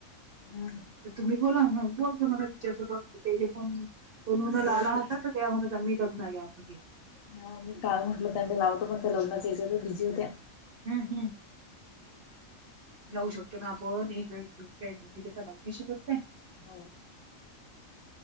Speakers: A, on the left; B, on the right.
A: हम्
B: तुम्ही बोला बोल की तिच्यासोबत तेन फोन तनुन लावला
A: बर
B: <unintelligible> त्या म्हणत होत्या मी बघून आले <unintelligible>
A: हा मी काल म्हटल त्यांने लावतो पण त्या लग्नाच्या ह्याच्यातच बिझी होत्या
B: हम्म हम्म लावू शकतो ना आपण <unintelligible> लावू नाही शकत काय
A: हो